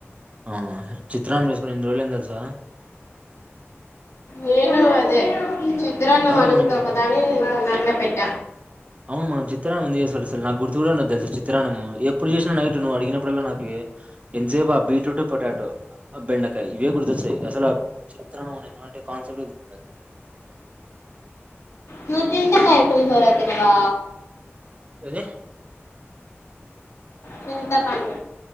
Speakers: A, on the right; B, on the left.
A: ఆ చిత్రాన్నం చేసుకుని ఎన్ని రోజులు అయిందా తెలుసా
B: నేను అదే చి తరన్నం
A: అవును
B: అడుగుతా
A: మనం ఈ-
B: కదా అని న పెట్ట
A: అవును మనం చిత్రాన్నం చేసి అసలు నాకు గుడ్ చూడండొద్దు సార్ చిత్రాము ఎప్పుడు చేసిన నైటు నువ్ అడిగినప్పుడలా నాకు ఏ ఎంతసేపు ఆ బీట్రూట్ పొటాటో బెండకాయ ఇవే గుర్తొచ్చాయి అసలు ఆ చిత్రాన్నం అనే కాన్సెప్ట్ గుర్
B: నువ్ తింటే పై పులిహోర ఇంగా
A: దే
B: చింత పండు